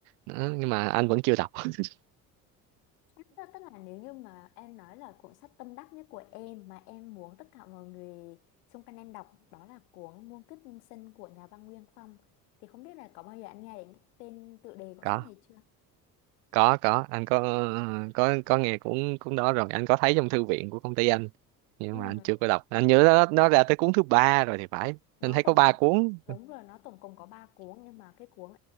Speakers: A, on the right; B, on the left.
A: Đó, nhưng mà anh vẫn chưa đọc <laughs>
B: Tức tức là nếu như mà em nói là cuốn sách tâm đắc nhất của em mà em muốn tất cả mọi người xung quanh em đọc đó là cuốn Muôn kiếp nhân sinh của nhà văn Nguyên Phong thì không biết là có bao giờ anh nghe đến cái tên tựa đề cuốn sách
A: có
B: này chưa?
A: có có anh có có có nghe cũng cũng đó rồi anh có thấy trong thư viện của công ty anh nhưng
B: Ừ.
A: mà anh chưa có đọc anh nhớ nó, nó ra tới cuốn thứ ba rồi thì phải
B: nó
A: anh thấy
B: tổng
A: có ba cuốn
B: đúng rồi nó tổng cộng có ba cuốn nhưng mà cái cuốn